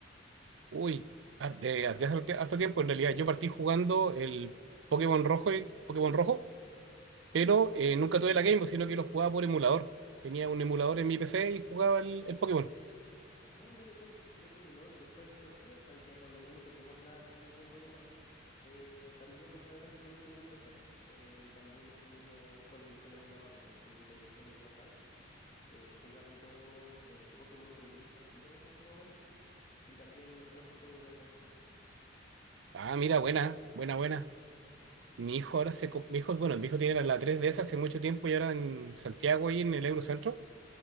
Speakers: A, on the right; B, on the left.
A: Uy, har- de, de hace harto tiempo en realidad. Yo partí jugando el Pokémon Rojo y Pokémon Rojo, pero eh, nunca tuve la Game Boy, sino que lo jugaba por emulador. Tenía un emulador en mi PC y jugaba el, el Pokémon.
B: Ah, mira tú, mira tú, ¿no? Después, claro, o sea, ya cuando ya no teníamos la, la Game Boy a mano, eh, también más adelante tuvimos un PC eh, y también estuvimos con, con emulador, que- con el de Game Boy Advance, eh, jugando eh, Pokémon Rubí, Zafiro en su momento y también Rojo Fuego y Verde Hoja.
A: Ah, mira, buena, buena, buena. Mi hijo ahora se...
B: Sí.
A: co- Mi hijo, bueno, mi hijo tiene la, la 3DS hace mucho tiempo y ahora en Santiago y en el Eurocentro